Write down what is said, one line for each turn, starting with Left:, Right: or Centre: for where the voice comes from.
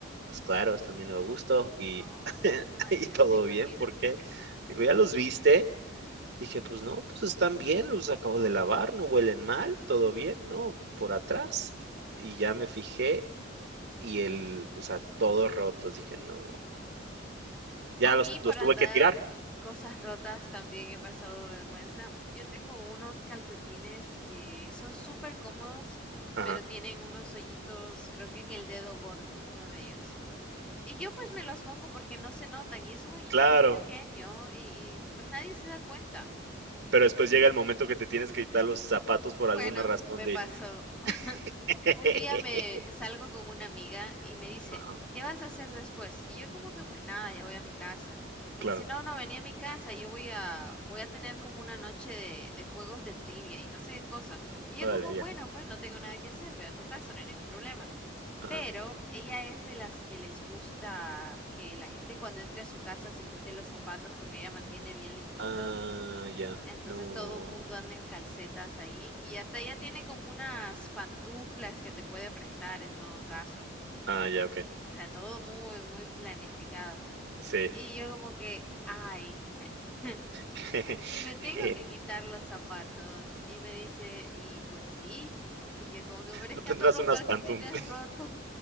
Right: pues claro, también bien a gusto y
Centre: No,
Right: <laughs>
Centre: ay
Right: y
Centre: Dios,
Right: todo
Centre: se imagina.
Right: bien, ¿por qué? Dijo: "¿Ya los viste?". Dije: "Pues no, pues están bien, los acabo de lavar, no huelen mal, todo bien". "No, por atrás". Y ya me fijé y el o sea, todos rotos, dije: "No". Ya
Centre: A mí
Right: los
Centre: por
Right: los tuve
Centre: andar
Right: que tirar.
Centre: cosas rotas también he pasado vergüenza. Yo tengo unos calcetines que son súper cómodos,
Right: Ajá.
Centre: pero tienen unos hoyitos, creo que en el dedo gordo, uno de ellos. Y yo pues me los pongo porque no se notan y es un hoyito
Right: Claro,
Centre: muy pequeño y, y, pues nadie se da cuenta.
Right: pero después llega el momento que te tienes que quitar los zapatos por
Centre: Bueno,
Right: alguna razón
Centre: me
Right: de
Centre: pasó
Right: <laughs>
Centre: Un día me salgo con una amiga y me dice,
Right: Ajá,
Centre: ¿qué vas a hacer después? Y yo como que pues nada, ya voy a mi casa. Y
Right: claro.
Centre: me dice, no, no, vení a mi casa, yo voy a, voy a tener como una noche de, de juegos de trivia y no sé qué cosa. Y
Right: Órale,
Centre: yo como,
Right: ya.
Centre: bueno, pues no tengo nada que hacer, voy a tu casa, no hay ningún problema.
Right: Ajá.
Centre: Pero ella es de las que les gusta que la gente cuando entre a su casa se quite los zapatos porque ella mantiene bien limpito.
Right: Ah, ya,
Centre: Entonces
Right: no.
Centre: todo mundo anda en calcetas ahí y hasta ella tiene como unas pantuflas que te puede prestar en todo caso.
Right: Ah, ya, okey.
Centre: O sea, todo muy, muy planificado.
Right: Sí.
Centre: Y yo como que, ay, <laughs>
Right: <laughs>
Centre: y me tengo
Right: Eh,
Centre: que quitar los zapatos. Y me dice, y pues sí. Y yo como que, pero es
Right: ¿no
Centre: que
Right: tendrás
Centre: ando los
Right: unas
Centre: calcetines
Right: pantufli <laughs>
Centre: rotos.